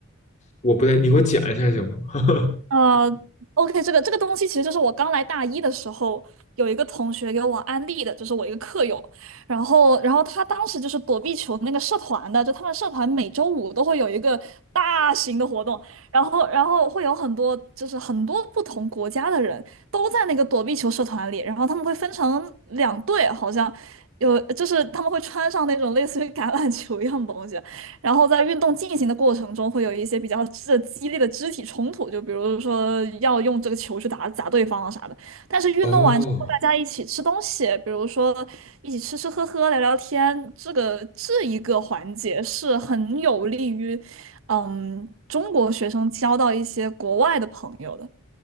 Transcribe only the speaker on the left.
我不太，你给我讲一下行吗？<laughs>
哦，